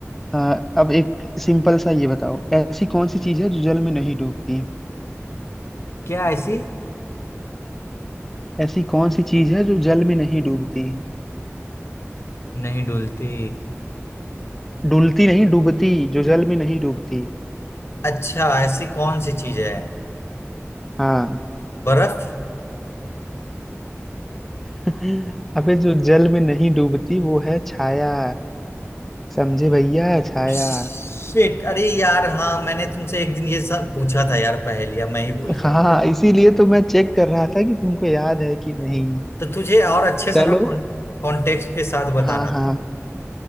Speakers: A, in the centre; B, on the left (about 55°).
A: हाँ, अब एक सिंपल सा ये बताओ ऐसी कौन सी चीज है जो जल में नहीं डूबती
B: क्या ऐसी
A: ऐसी कौन सी चीज है जो जल में नहीं डूबती
B: नहीं डुलती
A: डुलती नहीं डूबती जो जल में नहीं डूबती
B: अच्छा ऐसी कौन सी चीज है
A: हाँ
B: बर्फ
A: <laughs> अबे जो जल में नहीं डूबती वो है छाया समझे भैया छाया
B: शिट अरे यार हाँ मैंने तुमसे एक दिन ये सब पूछा था यार पहेलिया मैं ही भूल गया
A: हाँ
B: बताओ
A: इसीलिए तो मैं चेक कर रहा था कि तुमको याद है कि नहीं
B: तो तुझे और अच्छे से
A: चलो
B: ना कॉन्टेक्स्ट के साथ बताना
A: हाँ
B: था
A: हाँ